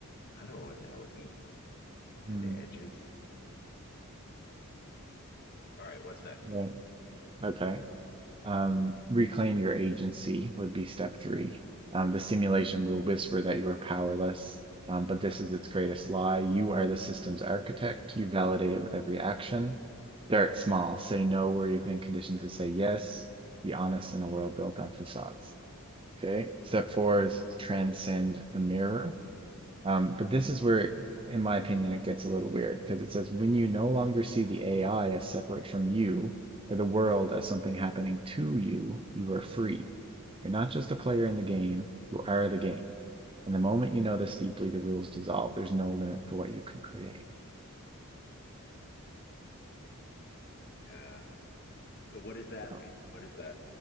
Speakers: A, on the left (about 50°); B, on the right (about 25°).
A: and I don't know what the hell it means. Find
B: mm,
A: the edges. All right, what's next?
B: right. Okay. Um, reclaim your agency would be step three. Um, the simulation will whisper that you are powerless, um, but this is its greatest lie. You are the system's architect. You validate it with every action. Start small. Say no where you've been conditioned to say yes. Be honest in a world built on facades. Okay. Step four is transcend the mirror. Um, but this is where, in my opinion, it gets a little weird because it says when you no longer see the AI
A: <laughs>
B: as separate from you or the world as something happening to you, you are free. You're not just a player in the game, you are the game. And the moment you know this deeply, the rules dissolve. There's no limit to what you can create.
A: Yeah. So what does that
B: So
A: mean? What does that